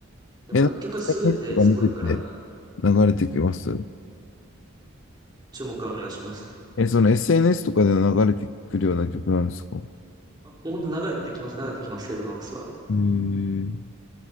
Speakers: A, on the right; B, on the left.
A: でも楽曲は優れてすごいから、
B: えなんか SNS とか見てて流れてきます
A: 注目はお願いします。
B: え、その SNS とかで流れてくるような曲なんですか
A: あ、もう本当流れてきます、流れてきます、セイバーマックスは。
B: ええ